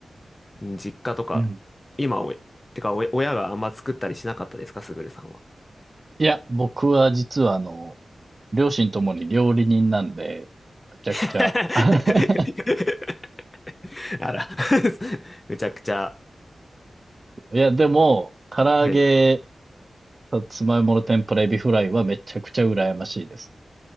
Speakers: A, on the left; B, on the right.
A: うん実家とか、
B: うん。
A: 今おい、てかおい、親があんま作ったりしなかったですか、すぐるさんは。
B: いや、僕は実はあの、両親ともに料理人なんで、めちゃくちゃ。
A: <laughs>
B: <laughs>
A: あら、<laughs> むちゃくちゃ。
B: いや、でも、唐揚げ、
A: はい。
B: さつまいもの天ぷらエビフライはめちゃくちゃ羨ましいです。